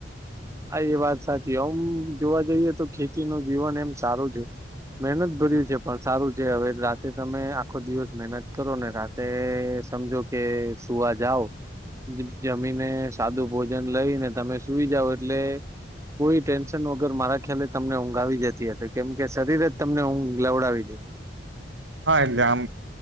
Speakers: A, on the right; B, on the right.
A: હા એ વાત સાચી આમ જોવા જઈએ તો ખેતી નું જીવન એમ સારું છે, મહેનત ભર્યું છે પણ સારું છે હવે રાતે તમે આખો દિવસ મહેનત કરો ને રાતે સમજો કે સુવા જઓ જમીને સાદું ભોજન લઈને તમે સુઈ જાવ એટલે કોઈ ટેન્શન વગર મારા ખ્યાલે તમને ઊંઘ આવી જતી હતી. કેમ કે શરીર જ તમને ઊંઘ લવડાવી દે.
B: હા એટલે આમ